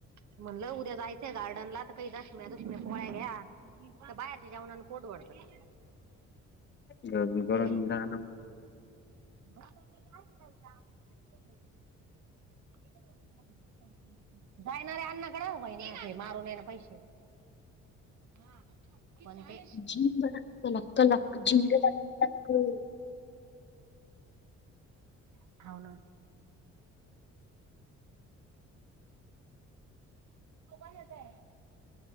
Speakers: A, on the right; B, on the left.
A: म्हणलं उद्या जायचं गार्डनला तर, काही दशम्या दुशम्या पोळ्या घ्या. तर बाहेरच्या जेवणाण, पोट भरत का,
B: घरून करून
A: हे कणी
B: जा ना
A: <unintelligible> <inaudible> जायणारे अण्णाकड, व्हाईन मारून ये ना पैसे. हा. कोणते
B: झिंग लक लक झिंग लक झिंग लक
A: <inaudible> हव ना. <unintelligible>